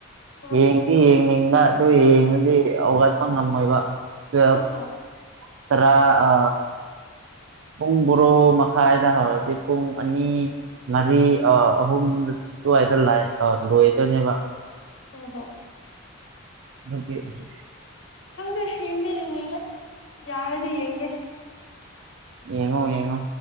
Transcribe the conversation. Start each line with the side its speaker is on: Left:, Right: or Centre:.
Left: ꯍꯣꯏ
Right: ꯌꯦꯡꯗꯤ ꯌꯦꯡꯅꯤꯡꯕ ꯑꯗꯨ ꯌꯦꯡꯉꯗꯤ ꯍꯧꯒꯠꯄ ꯉꯝꯃꯣꯏꯕ ꯇꯨꯋꯦꯜꯞ
Left: ꯍ ꯍ <unintelligible>
Right: ꯇꯔꯥ ꯑ ꯄꯨꯡ ꯕꯣꯔꯣ ꯃꯈꯥꯏꯗ ꯍꯧꯔꯗꯤ ꯄꯨꯡ ꯑꯅꯤ ꯃꯔꯤ ꯑꯍꯨꯝ ꯑꯗꯨꯋꯥꯏꯗ ꯂꯥꯏ ꯑ ꯂꯣꯏꯗꯅꯦꯕ
Left: <inaudible> <unintelligible>
Right: ꯗꯨ <unintelligible>
Left: ꯈꯪꯗꯦ ꯌꯦꯡꯗꯤ ꯌꯦꯡꯅꯤꯡꯉꯦ ꯌꯥꯔꯗꯤ ꯌꯦꯡꯒꯦ
Right: ꯌꯦꯡꯉꯣ ꯌꯦꯉꯣ